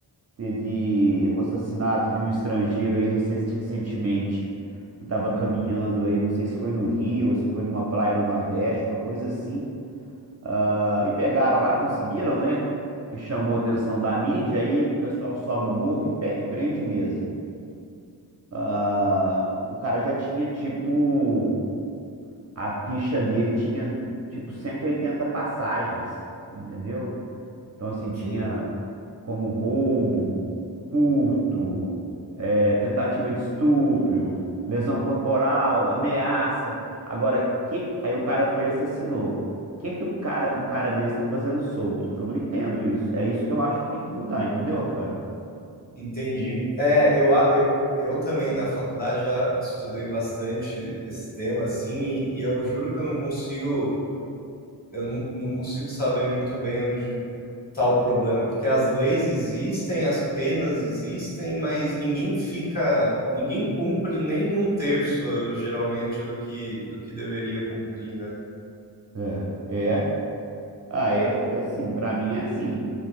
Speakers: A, on the right; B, on the left.
A: teve o assassinato de um estrangeiro aí recen- recentemente, que estava
B: uhum,
A: caminhando aí, não sei se foi no Rio ou se foi numa praia do Nordeste, uma coisa assim. Ah, e pegaram lá, conseguiram, né? Porque chamou a atenção da mídia, aí o pessoal sobe o morro e, pe- e prende mesmo. Ah, o cara já tinha, tipo a ficha dele tinha tipo 180 passagens, entendeu? Então, assim, tinha
B: sim,
A: como roubo, furto, eh, tentativa de estupro, lesão corporal, ameaça. Agora, que... aí o cara foi e assassinou. O que que o cara, um cara desse tá fazendo solto? Eu não entendo isso. É isso que eu acho que tem que mudar, entendeu, Rafael?
B: entendi. É, eu, a- eu, eu também na faculdade já estudei bastante esse tema, assim, e, e eu juro que eu não consigo, eu não, não consigo saber muito bem onde está o problema, porque as leis existem, as penas existem, mas ninguém fica, ninguém cumpre nem um terço, geralmente, do que, do que deveria cumprir, né?
A: É, é. Ah, é, eu assim, pra mim é assim.